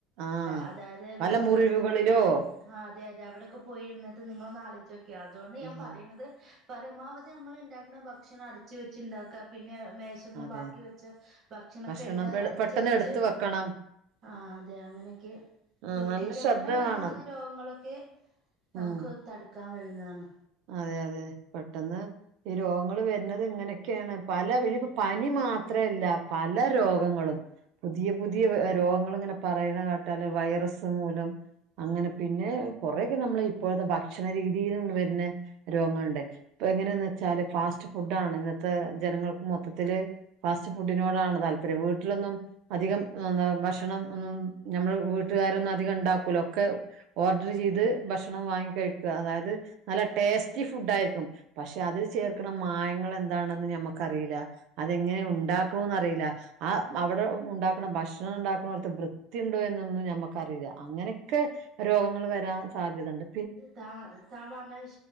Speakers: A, on the right; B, on the right.
A: ആഹ്
B: അതായത്
A: പല
B: വിസർജ്ജ
A: മുറിവുകളിലോ
B: വസ്തുക്കളിലൊക്കെ ഇരുന്ന് ആഹ് അതെയതെ. അവിടെയൊക്കെ പോയിരുന്നിട്ട് നിങ്ങളൊന്ന് ആലോചിച്ചോക്കിയേ. അതുകൊണ്ട് ഞാൻ
A: ഉം
B: പറയുന്നത് പരമാവധി നമ്മൾ ഇണ്ടാക്കണ ഭക്ഷണം അടച്ച് വെച്ച് ഇണ്ടാക്ക്വാ. പിന്നെ മേശ മ്മ
A: അതെ
B: ബാക്കി വെച്ച ഭക്ഷണൊക്കെ
A: ഭക്ഷണം
B: എന്തായാലും
A: എട്
B: അടച്ച്
A: പെട്ടെന്ന്
B: വെച്ച്
A: എടുത്ത് വെക്കണം
B: ആഹ് അതെ അങ്ങനെയൊക്കെ
A: ആഹ്
B: സൂക്ഷിച്ചാ
A: നല്ല ശ്രദ്ധ
B: തന്നെ പരമാവധി
A: വേണം
B: രോഗങ്ങളൊക്കെ നമുക്ക്
A: ഉം
B: തടുക്കാൻ കഴിയുന്നതാണ്.
A: അതെ അതെ പെട്ടെന്ന് ഈ രോഗങ്ങള് വരുന്നത് ഇങ്ങനെയൊക്കെയാണ്. പല ഇനിപ്പോ പനി മാത്രല്ല പല രോഗങ്ങളും പുതിയ പുതിയ രോഗങ്ങളിങ്ങനെ പറയണ കേട്ടാല്, വൈറസ് മൂലം അങ്ങനെ. പിന്നെ കൊറെയൊക്കെ നമ്മളെ ഇപ്പോഴത്തെ ഭക്ഷണ രീതീലും വര്ന്നെ രോഗങ്ങള്ണ്ട്. ഇപ്പൊ എങ്ങനെയെന്ന് വെച്ചാല് ഫാസ്റ്റ് ഫുഡ്ഡാണ് ഇന്നത്തെ ജനങ്ങൾക്ക് മൊത്തത്തില് ഫാസ്റ്റ് ഫുഡിനോടാണ് താല്പര്യം വീട്ടിലൊന്നും അധികം എന്ത ഭക്ഷണം ഒന്നുംഞമ്മൾ വീട്ടുകാരൊന്നും അധികം ഉണ്ടാക്കൂല. ഒക്കെ ഓർഡർ ചെയ്ത് ഭക്ഷണം വാങ്ങി കഴിക്കുക. അതായത് നല്ല ടേസ്റ്റി ഫുഡ് ആയിരിക്കും. പക്ഷെ അതിൽ ചേർക്കുന്ന മായങ്ങൾ എന്താണെന്ന് ഞമ്മക്കറിയില്ല. അതെങ്ങനെ ഉണ്ടാക്കുംന്നറിയില്ല. ആ അവിടെ ഉണ്ടാക്കണ ഭക്ഷണം ഉണ്ടാക്കുന്നിടത്ത് വൃത്തിഉണ്ടോ എന്നൊന്നും ഞമ്മക്കറിയില്ല. അങ്ങനെയൊക്കെ രോഗങ്ങൾ വരാൻ സാധ്യതയുണ്ട്.
B: താ താൻ പറഞ്ഞ